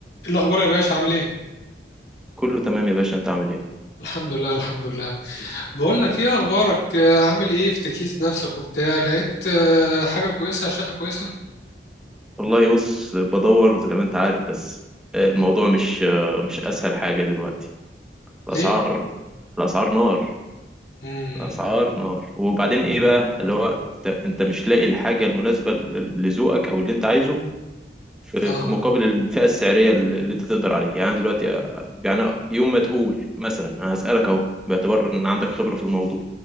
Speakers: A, on the left; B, in the centre.
A: الأخبار يا باشا عامل إيه؟
B: كله تمام يا باشا انت عامل ايه
A: الحمد لله الحمد لله بقول لك إيه أخبارك آه، عامل إيه في تجهيز نفسك وبتاع لقيت آه، حاجة كويسة شقة كويسة
B: والله بص بدور زي ما انت عارف بس آه، الموضوع مش آه، مش اسهل حاجة دلوقتي
A: ليه؟
B: الاسعار الاسعار نار
A: امم
B: الاسعار نار وبعدين ايه بقى اللي هو انت انت مش لاقي الحاجة المناسبة ل- لذوقك او اللي انت عايزه في
A: آه
B: في مقابل الفئة السعرية اللي انت تقدر عليها يعني انا دلوقتي آه، يعني يوم ما تقول مثلا انا هسألك اهو باعتبار ان عندك خبرة في الموضوع